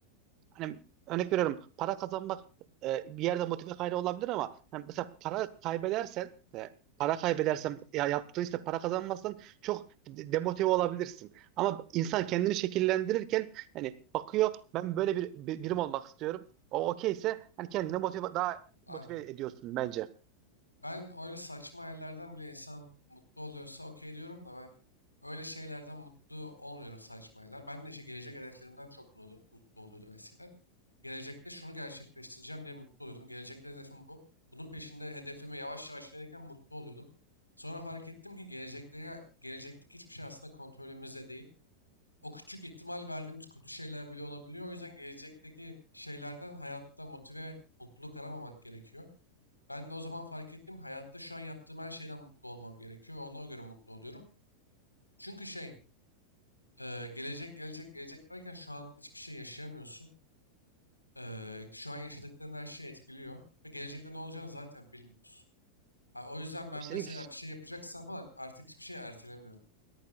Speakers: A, on the right; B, on the left.
A: hani örnek veriyorum para kazanmak e, bir yerde motive kaynağı olabilir ama hani mesela para kaybedersen e, para kaybedersen
B: evet
A: ya yaptığın işte para kazanmazsan çok de- demotive olabilirsin. Ama insan kendini şekillendirirken hani bakıyor ben böyle bir, bir- birim olmak istiyorum. O okeyse hani kendine motive daha
B: abi.
A: motive ediyorsun bence.
B: Ben öyle saçma hayallerden bile insan mutlu oluyorsa okey diyorum da ben öyle şeylerden mutlu olmuyorum saçma hayaller. Ben de işte gelecek hedeflerimden çok mutlu, mutlu oluyordum eskiden. Gelecekte şunu gerçekleştireceğim diye mutlu oluyordum. Gelecekte hedefim bu. Bunun peşinde hedefime yavaş yavaş gelirken mutlu oluyordum. Sonra fark ettim ki gelecekte, gelecekteki hiçbir şey aslında kontrolümüzde değil. O küçük ihtimal verdiğimiz kötü şeyler bile olabiliyor. O yüzden gelecekteki şeylerden hayatta motive ve mutluluk aramamak gerekiyor. Ben de o zaman fark ettim. Hayatta şu an yaptığım her şeyden mutlu olmam gerekiyor. Ona göre mutlu oluyorum. Çünkü şey, e, gelecek gelecek gelecek derken şu an hiçbir şey yaşayamıyorsun. E, şu an yaşadıkların her şeyi etkiliyor. Ve gelecekte ne olacağını zaten bilmiyorsun. Ha, o yüzden ben
A: Senin
B: mesela bir şey yapacaksam falan artık hiçbir şeyi ertelemiyorum.